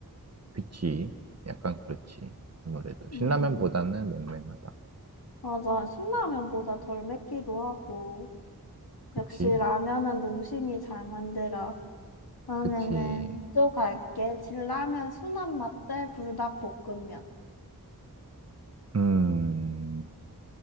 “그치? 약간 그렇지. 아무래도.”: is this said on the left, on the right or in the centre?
Right